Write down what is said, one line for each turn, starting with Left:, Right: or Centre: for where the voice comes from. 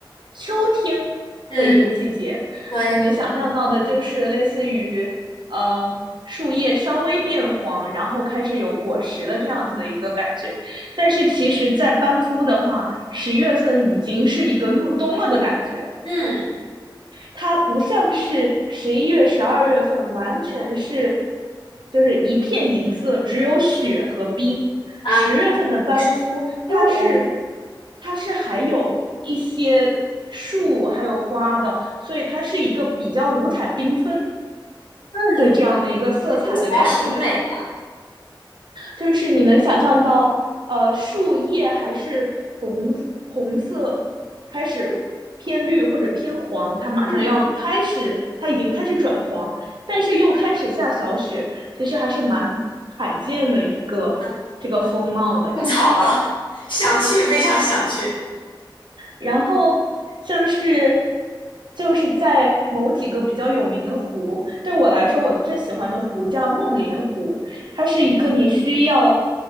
Right: 秋天的一个季节。
Left: 嗯，对，
Right: 你能想象到的就是类似于呃树叶稍微变黄，然后开始有果实的这样子的一个感觉。但是其实，在班夫的话，十月份已经是一个入冬了的感觉，
Left: 嗯
Right: 它不像是十一月、十二月份，完全是就是一片银色，只有雪和冰。
Left: 啊，
Right: 十月份的班夫，
Left: 就是故宫
Right: 它是它是还有一些树还有花的，所以它是一个比较五彩缤纷
Left: 嗯，
Right: 的这样的一个色彩的感觉。
Left: 听起来很美呀。
Right: 就是你能想象到，呃，树叶还是红红色，开始偏绿或者偏黄，它马上要开始，
Left: 嗯
Right: 它已经开始转黄，但是又开始下小雪，其实还是蛮罕见的一个这个风貌的。
Left: 啊，种草了，想去，非常想去。
Right: 然后像是就是在某几个比较有名的湖，对我来说，我最喜欢的湖叫梦莲湖，它是一个你需要，